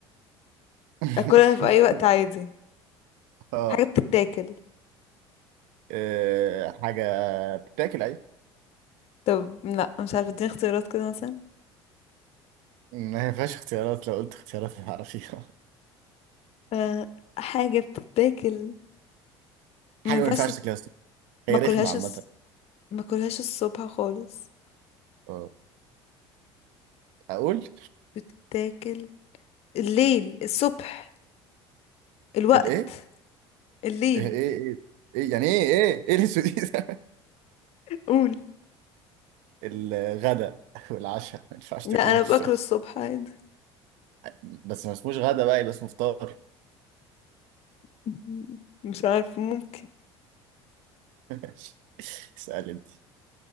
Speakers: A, on the right; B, on the left.
A: <laughs>
B: اكلها في اي وقت عادي
A: اه
B: حاجة بتتاكل
A: آه، حاجة بتاكل ايوه
B: طب لا مش عارفة اديني اختيارات كده مثلا
A: ما ينفعش اختيارات لو قلت اختيارات هتعرفيها <laughs>
B: أه حاجة بتتاكل
A: حاجة
B: ما ينفعش
A: ما ينفعش
B: تت-
A: تاكليها الصبح هي
B: ما اكلهاش
A: رخمة عامة
B: الص- ما اكلهاش الصبح خالص
A: اه اقول
B: بتتاكل الليل الصبح الوقت
A: الايه
B: الليل
A: ايه ايه ايه إيه؟ يعني ايه ايه ايه الاسود دي؟ <laughs>
B: قول
A: الغداء <laughs> والعشاء ما ينفعش
B: لا
A: تاكليهم
B: انا
A: الصبح
B: باكل الصبح عادي
A: بس ما اسموش غدا بقى يبقى اسمه فطار
B: <laughs> مم. مش عارفة ممكن
A: <laughs> اسأل انت